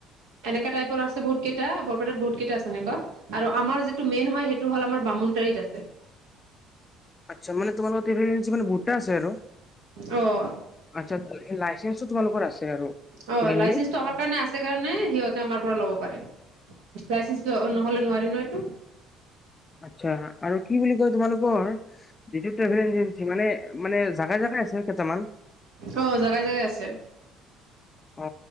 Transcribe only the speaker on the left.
আচ্ছা মানে তোমালোকৰ <unintelligible> মানে বহুতটা আছে। আৰু
আচ্ছা লাইচেন্সটো তোমালোকৰ আছে আৰু
মেইনলি
আচ্ছা আৰু কি বুলি কয় তোমালোক কৰ যিটো ট্ৰেভেল এজেঞ্চি মানে, মানে জাগাই জাগাই আছে কেইটামান।
অ